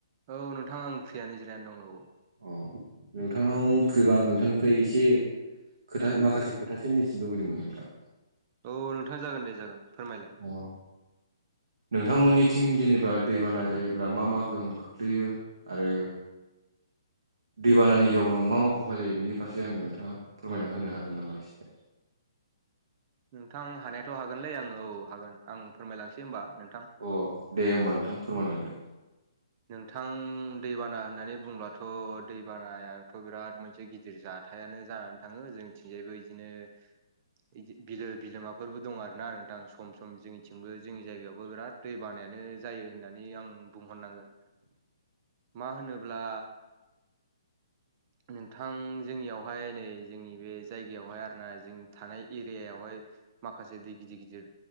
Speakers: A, on the right (about 25°); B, on the right (about 80°).
A: औ नोंथां आं फ्रियानो जिरायाना दं औ औ।
B: अ नोंथांनाव फ्रिबा आं नोंथांनिफ्राय एसेसो खोथा माखासे खोथासो मिथिनो लुबैदोंमोन नोंथां।
A: औ नोंथा जागोन दे जागोन फोरमायलायो
B: अ नोंथांमोननिथिं जेनेबा दैबाना जायोब्ला मा मा गोहोम खोख्लैयो आरो दैबानानि जाउनाव मा मा खहा जायो बेनि फारसे आंनो नोंथाङा फोरमायना होनो हागोन नामा एसे
A: नोंथां हानायाथ' हागोनलै आङो औ हागोन आं फोरमायलांसै होमबा नोंथां
B: अ दे होमबा नोंथां फोरमायलांदो
A: नोंथां दैबाना होननानै बुंब्लाथ' दैबानायाथ' बिराद मोनसे गिदिर जा थायानो जानानै थाङो जोंनिथिंजायबो बिदिनो बिदि बिलो बिलोमाफोरबो दं आरोना नोंथां सम सम जोंनिथिंबो जोंनि जायगायावबो बिराद दै बानायानो जायो होननानै आं बुंहरनांगोन मा होनोब्ला नोंथां जोंनियावहाय नै जोंनि बे जायगायावहाय आरोना जों थानाय एरियावहाय माखासे दै गिदिर गिदिर